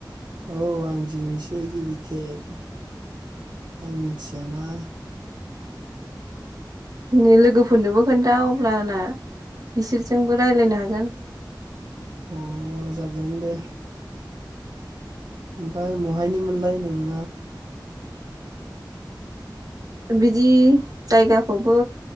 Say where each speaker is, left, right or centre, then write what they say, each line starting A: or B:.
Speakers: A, on the right; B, on the right.
A: औ आं दिनैसो गिबि खेब आं मिथियाना,
B: नै लोगोफोरनोबो खोन्था अब्लाना बिसोरजोंबो रायलायनो हागोन।
A: अ जागोन दे ओमफाय महायनिमोनलाय नों?
B: बिदि जायगाखौबो